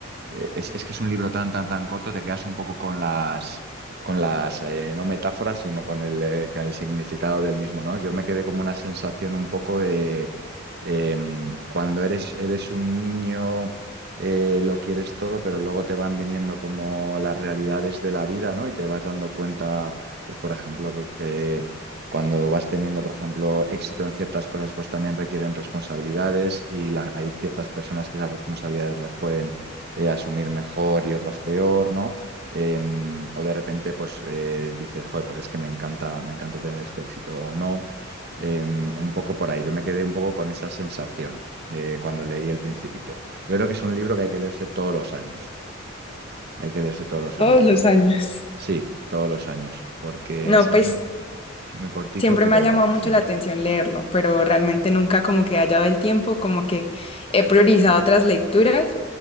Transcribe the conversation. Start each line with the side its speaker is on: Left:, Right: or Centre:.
Right: eh, es, es que es un libro tan, tan, tan corto, te quedas un poco con las, con las, eh, no metáforas, sino con el, eh, con el significado del mismo, ¿no? Yo me quedé como una sensación un poco de em, cuando eres, eres un niño, eh, lo quieres todo, pero luego te van viniendo como las realidades de la vida, ¿no? Y te vas dando cuenta, pues por ejemplo, que... que Cuando vas teniendo, por ejemplo, éxito en ciertas cosas, pues también requieren responsabilidades y la- hay ciertas personas que esas responsabilidades las pueden, eh, asumir mejor y otras peor, ¿no? Em, o de repente, pues eh, dices, joder, pues es que me encanta, me encanta tener este éxito o no. Em, un poco por ahí. Yo me quedé un poco con esa sensación eh, cuando leí El Principito. Yo creo que es un libro que hay que leerse todos los años. Hay que leerse todos los
Left: Todos
Right: años
Left: los
Right: porque
Left: años.
Right: sí, todos los años, porque
Left: No,
Right: es, es
Left: pues
Right: mu- es muy cortito,
Left: siempre
Right: pero
Left: me ha llamado mucho
Right: siempre.
Left: la atención leerlo, pero realmente nunca como que he hallado el tiempo, como que he priorizado otras lecturas.